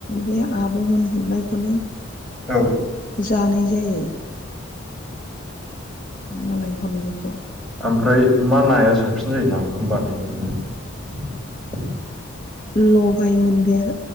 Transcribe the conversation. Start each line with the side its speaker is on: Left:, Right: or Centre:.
Left: बे आब'मोन गुरनायखौनो
Centre: औ
Left: जानाय जायो मालाय हरनायखौ
Centre: ओमफ्राय मा नाया साबसिन जायो ना फाम बानायनायावलाय
Left: लगाय मन्देर